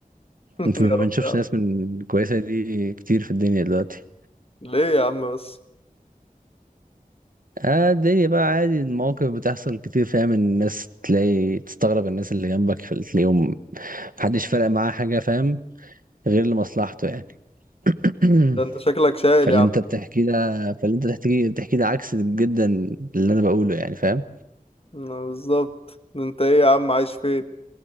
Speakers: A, on the left; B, on the right.
A: <laughs>
B: انت
A: يا
B: ما
A: رب
B: بنشوفش
A: يا عم
B: ناس من كويسه دي كتير في الدنيا دلوقتي
A: ليه يا عم بس
B: اه الدنيا بقى عادي المواقف بتحصل كتير فاهم الناس تلاقي تستغرب الناس اللي جنبك في اليوم محدش فارق معاه حاجة فاهم غير لمصلحته يعني <clears throat>
A: ده انت شكلك شايل
B: فاللي
A: يا عم
B: انت بتحكيه ده فاللي انت بتحكيه بتحكيه ده عكس جدا اللي انا بقوله يعني فاهم
A: ما بالظبط انت ايه يا عم عايش فين